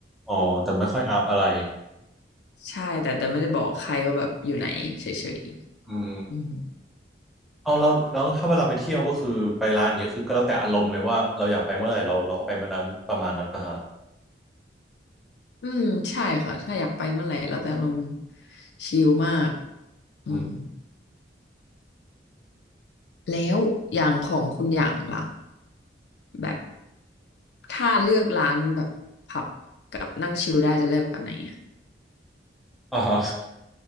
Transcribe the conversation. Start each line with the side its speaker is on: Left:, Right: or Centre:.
Centre: อ๋อแต่ไม่ค่อยอัพอะไร
Left: ใช่แต่แต่ไม่ได้บอกใครว่าแบบอยู่ไหนเฉย
Centre: อืม
Left: ๆอืม
Centre: เอาเราแล้วถ้าเวลาไปเที่ยวก็คือไปร้านอย่างเงี้ยคือก็แล้วแต่อารมณ์เลยว่าเราอยากไปเมื่อไหร่เราเราก็ไปเมื่อนั้นประมาณนั้นปะฮะ
Left: อืมใช่ค่ะถ้าอยากไปเมื่อไหร่เราจะลงชิลมากอืม
Centre: อืม
Left: แล้วอย่างของคุณอย่างล่ะแบบ ถ้าเลือกร้านแบบผับกับนั่งชิลได้จะเลือกแบบไหนอ่ะ
Centre: อ่าฮะ